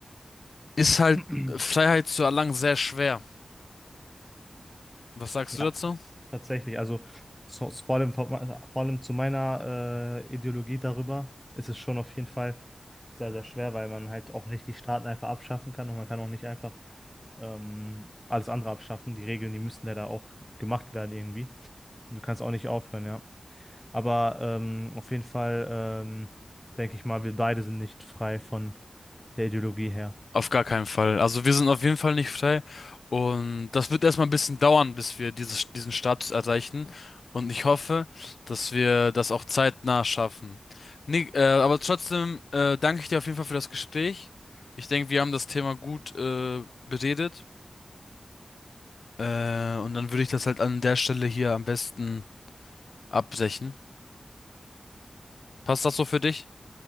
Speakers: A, on the left (about 80°); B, in the centre.
A: ist halt
B: werden.
A: Freiheit zu erlangen sehr schwer. Was
B: <clears throat>
A: sagst du
B: Ja.
A: dazu?
B: Tatsächlich, also so, vor allem, vor allem zu meiner äh, Ideologie darüber ist es schon auf jeden Fall sehr, sehr schwer, weil man halt auch nicht die Staaten einfach abschaffen kann und man kann auch nicht einfach ähm, alles andere abschaffen. Die Regeln, die müssten ja da auch gemacht werden irgendwie. Und du kannst auch nicht aufhören, ja. Aber ähm, auf jeden Fall ähm, denke ich mal, wir beide sind nicht frei von der Ideologie her.
A: Auf gar keinen Fall. Also wir sind auf jeden Fall nicht frei. Und das wird erstmal ein bisschen dauern, bis wir dieses, diesen Status erreichen. Und ich hoffe, dass wir das auch zeitnah schaffen. Nick, äh, aber trotzdem äh, danke ich dir auf jeden Fall für das Gespräch. Ich denke, wir haben das Thema gut äh, beredet. Äh, und dann würde ich das halt an der Stelle hier am besten abbrechen. Passt das so für dich?